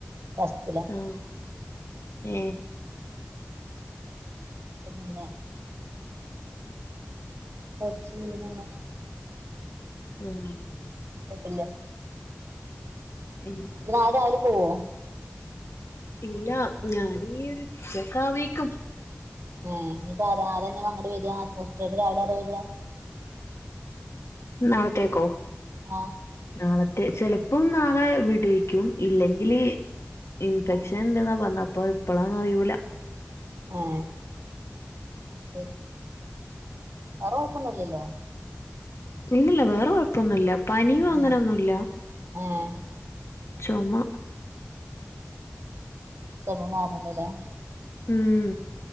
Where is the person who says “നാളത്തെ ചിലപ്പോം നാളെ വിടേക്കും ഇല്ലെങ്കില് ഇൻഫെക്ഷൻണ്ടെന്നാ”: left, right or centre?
Left